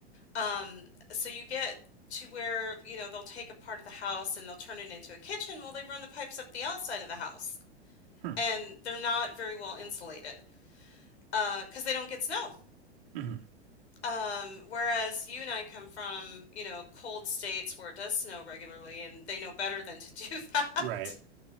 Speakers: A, on the left; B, on the right.
A: Um, so you get to where, you know, they'll take a part of the house and they'll turn it into a kitchen. Well, they run the pipes up the outside of the house
B: Hmm.
A: and they're not very well insulated uh, because they don't get snow.
B: Mhm.
A: Um, whereas you and I come from, you know, cold states where it does snow regularly and they know better than to do <laughs> that.
B: Right.